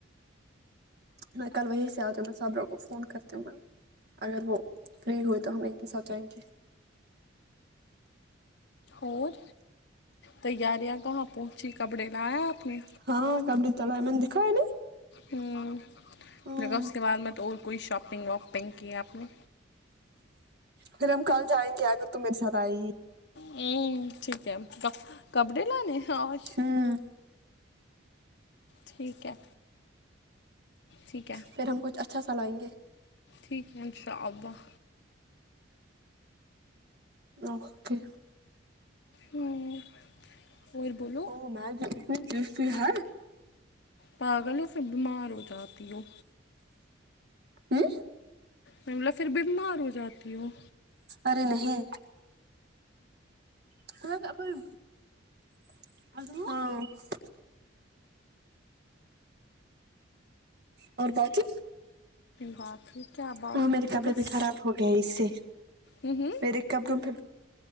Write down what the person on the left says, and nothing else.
اور تیاریاں کہا پو جی کپڑے لایا اپ نے
ہم
لگہ اس کے بعد میں تو اور کوئی شاپنگ واپنگ کی آپ نے
ہوں ٹھیک ہے کپڑے لانے ہاش
ٹھیک ہے ٹھیک ہے
ٹھیک ہے ان شاء اللہ
ہمم اور بولو
پاگل ہو پھر بیمار ہو جاتی ہو
میں بولا پھر بیمار ہو جاتی ہوں
باقی کیا باقی
تو
بس
ہوں ہوں